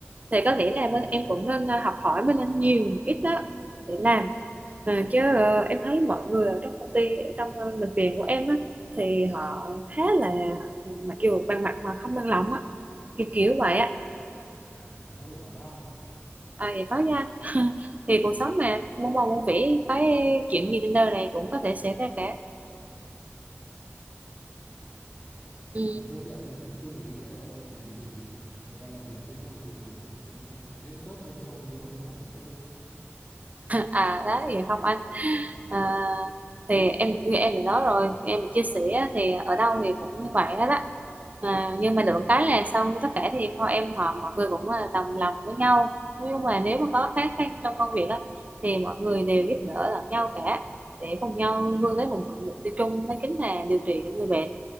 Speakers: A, on the right; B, on the left.
A: thì có lẽ là
B: Ừ,
A: bên
B: đúng
A: em
B: đúng
A: cũng
B: rồi
A: nên ờ, học hỏi bên anh nhiều một ít đó để làm Ờ, chứ ờ, em thấy mọi người ở trong công ty ở trong ờ, bệnh viện của em á thì họ khá là ờ, mặc dù bằng mặt mà không bằng lòng á kiểu kiểu vậy á
B: à có trường hợp đó
A: à, vậy có nha <laughs> thì cuộc
B: ừ,
A: sống mà muôn màu muôn vẻ cái chuyện gì trên đời này cũng có thể xảy ra cả
B: nhưng
A: ừ.
B: mà trước giờ tôi cứ nghĩ ờ, ở bệnh viện thì người ta làm việc với nhau thì cũng cũng ờ, gắn kết với nhau như bên hồ anh chứ
A: à đó vậy không anh À,
B: ừ,
A: thì em như em đã nói rồi em chia sẻ thì ở đâu thì cũng như vậy hết á à, nhưng mà được cái là sau tất cả thì thôi em họ mọi người cũng là đồng lòng với nhau nói chung là nếu mà có khó khăn trong công việc á thì mọi người đều giúp đỡ lẫn nhau cả để cùng nhau vươn tới một mục tiêu chung đó chính là điều trị người bệnh